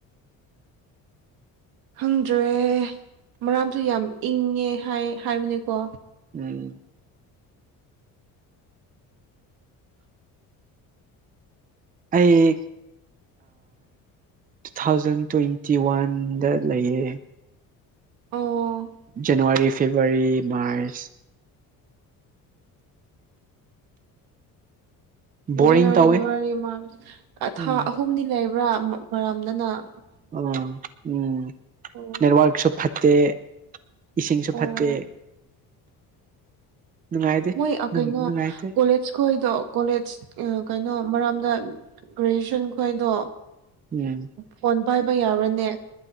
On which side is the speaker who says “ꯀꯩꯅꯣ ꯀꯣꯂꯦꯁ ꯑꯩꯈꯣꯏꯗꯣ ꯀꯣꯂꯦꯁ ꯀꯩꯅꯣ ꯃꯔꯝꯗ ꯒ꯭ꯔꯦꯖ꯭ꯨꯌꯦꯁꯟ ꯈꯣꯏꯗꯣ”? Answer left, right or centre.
Right